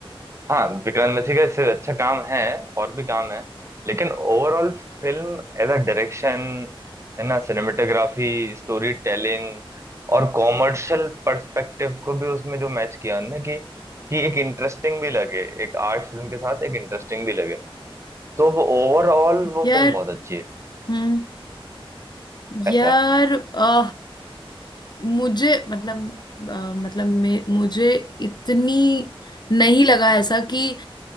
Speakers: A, on the right; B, on the left.
A: हाँ विक्रांत मैसी का इससे अच्छा काम है और भी काम है लेकिन overall film as a direction है ना सिनेमेटोग्राफी स्टोरी टेलिंग और कॉमर्शियल पर्सपेक्टिव को भी उसमें जो मैच किया उन्होंने कि कि एक इंटरेस्टिंग भी लगे एक आर्ट फिल्म के साथ एक इंटरेस्टिंग भी लगे तो वो ओवरऑल वो
B: यार
A: फिल्म बहुत अच्छी है
B: हम्म
A: ऐसा
B: यार आ, मुझे मतलब अ, मतलब मे, मुझे इतनी नहीं लगा ऐसा कि